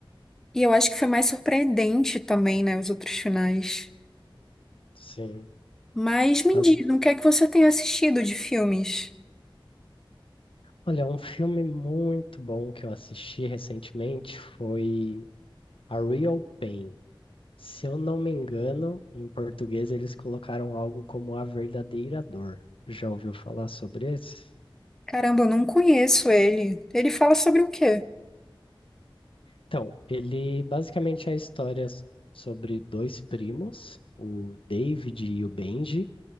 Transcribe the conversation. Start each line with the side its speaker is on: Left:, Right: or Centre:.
Centre: E eu acho que foi mais surpreendente também, né, os outros finais.
Left: Sim.
Centre: Mas me
Left: As...
Centre: diz, o que é que você tem assistido de filmes?
Left: Olha, um filme muito bom que eu assisti recentemente foi A Real Pain. Se eu não me engano, em português eles colocaram algo como A Verdadeira Dor. Já ouviu falar sobre esse?
Centre: Caramba, eu não conheço ele. Ele fala sobre o quê?
Left: Então, ele basicamente é a história s- sobre dois primos, o David e o Benji